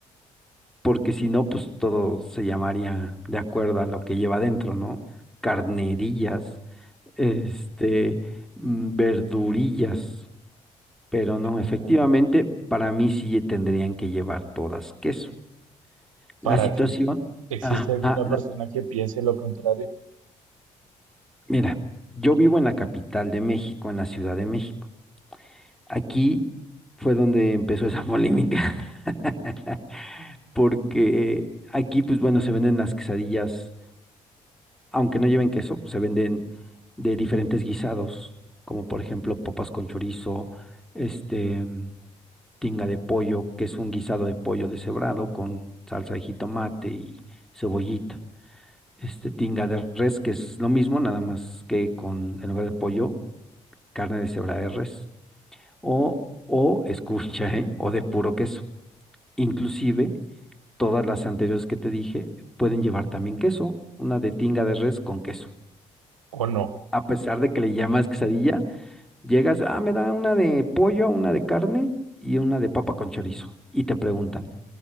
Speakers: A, in the centre; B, on the right (about 90°).
A: porque si no, pues todo se llamaría de acuerdo a lo que lleva dentro, ¿no? Carnerillas, este, mm, verdurillas, pero no, efectivamente,
B: Ajá.
A: para mí sí tendrían que llevar todas queso.
B: Para
A: La situación,
B: ti, ¿existe
A: ajá,
B: alguna
A: la-
B: persona que piense lo contrario
A: mira, yo vivo en la capital de México, en la Ciudad de México. Aquí fue donde empezó esa polémica, <laughs> porque aquí, pues bueno, se venden las quesadillas, aunque no lleven queso, se venden de diferentes guisados, como por ejemplo papas con chorizo, este, tinga de pollo, que es un guisado de pollo deshebrado con salsa de jitomate y cebollita. Este tinga de res, que es lo mismo, nada más que con, en lugar de pollo, carne de cebra de res. O, o, escucha, ¿eh? O de puro queso. Inclusive, todas las anteriores que te dije pueden llevar también queso. Una de tinga de res con queso.
B: o no?
A: A pesar de que le llamas quesadilla, llegas, ah, me da una de pollo, una de carne y una de papa con chorizo. Y te preguntan,